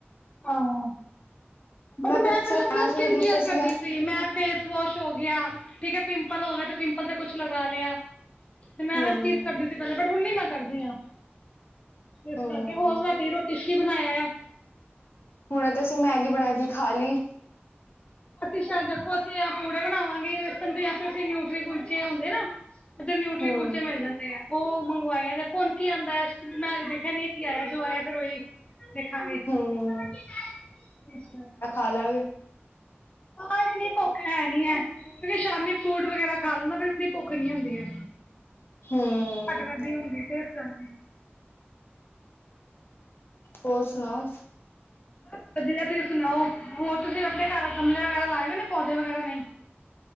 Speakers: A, on the left; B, on the left.
A: ਆਂ ਬਟ ਮੈਂ
B: ਪਿੱਛੇ
A: ਪੈਲਾਂ
B: ਲਾਣਾ
A: ਕੇੜਾ
B: ਸ਼ੁਰੂ
A: ਸਕਿਨ
B: ਕੀਤਾ
A: ਕੇਅਰ ਕਰਦੀ
B: ਸੀਗਾ
A: ਸੀ ਮੈਂ ਫੇਸ ਵੋਸ਼ ਹੋ ਗਿਆ ਠੀਕ ਹੈ ਪਿੰਪਲ ਹੋ ਗਿਆ ਤੇ ਪਿੰਪਲ ਤੇ ਕੁਛ ਲਗਾ ਲਿਆ। ਤੇ ਮੈਂ
B: ਹੂੰ
A: ਹਰ ਚੀਜ਼ ਕਰਦੀ ਸੀ ਪੈਲਾਂ ਬਟ ਹੁਣ ਨੀ ਮੈਂ ਕਰਦੀ ਆਂ ਇਸ
B: ਹੂੰ
A: ਕਰਕੇ ਹੋਰ ਰਾਤੀ ਰੋਟੀ 'ਚ ਕੀ ਬਣਾਇਆ ਆ।
B: ਹੁਣੇ ਤੇ ਅਸੀਂ ਮੈਗੀ ਬਣਾ ਕੇ ਖਾ ਲਈ
A: ਅਸੀਂ ਸ਼ਾਇਦ ਦੇਖੋ ਅਸੀਂ ਆਹ ਪੂੜੇ ਬਣਾਵਾਂਗੇੇ ਵੇਸਨ ਦੇ ਜਾਂ ਫਿਰ ਅਸੀਂ ਨਿਊਟਰੀ ਕੁਲਚੇ ਹੁੰਦੇ ਨਾ। ਇੱਧਰ ਨਿਊਟਰੀ
B: ਹੂੰ
A: ਕੁਲਚੇ ਮਿਲ ਜਾਂਦੇ ਐ। ਓ ਮੰਗਵਾਇਆ ਦੇਖੋ ਹੁਣ ਕੀ ਆ ਉਂਦਾ ਮੈਂ ਦੇਖਿਆ ਨ ਕੀ ਆਇਆ ਜੋ ਆਇਆ ਫਿਰ ਉਹੀ ਦੇਖਾਂਗੇ ਇਸ
B: ਹੂੰ
A: ਕਰਕੇ
B: ਅਲੱਗ
A: ਹਾਂ ਇਤਨੀ ਭੁੱਖ ਹੈ ਨੀ ਹੈ। ਓ ਸ਼ਾਮੀ ਫਰੂਟ ਵਗੈਰਾ ਖਾ ਲੋ ਨਾ ਫੇਰ ਉਤਨੀ ਭੁੱਖ ਨੀ ਹੁੰਦੀ ਹੈ।
B: ਹੂੰ
A: ਘੱਟ ਵਧ ਈ ਹੁੰਦੀ ਤੇ ਇਸ ਕਰਕੇ
B: ਹੋਰ ਸੁਣਾਓ।
A: ਬਸ ਵਧੀਆ ਤੁਸੀਂ ਸੁਣਾਓ ਹੋਰ ਤੁਸੀਂ ਆਪਣੇ ਘਰ ਗਮਲੇ ਵਗੈਰਾ ਲਾਏ ਹੋਏ ਨੇ ਪੌਦੇ ਵਗੈਰਾ ਨਈ।